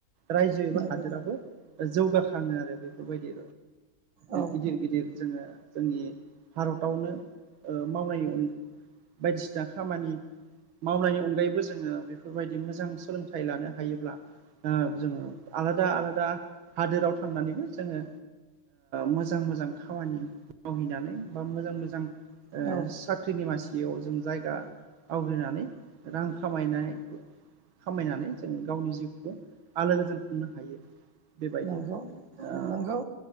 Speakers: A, on the right (about 90°); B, on the right (about 70°).
A: रायजो
B: नंगौ
A: एबा हादोराबो जौगाखङो आरो बेफोरबायदि
B: औ
A: गिदिर गिदिर जोङो जोंनि भारतावनो मावनायनिन बायदिसिना खामानि मावनायनि अनगायैबो जोङो बेफोरबायदि मोजां सोलोंथाइ लानो हायोब्ला ओ जोङो आलादा आलादा हादोराव थांनानैबो जोङो मोजां मोजां खामानि मावहैनानै बा मोजां मोजां
B: औ
A: ओ साख्रिनि मासियाव जों जायगा आवग्रिनानै रां खामायनाय खामायनानै जोङो गावनि जिउखौ आलो गोजोन खुंनो हायो। बेबायदि
B: नंगौ
A: ओ
B: नंगौ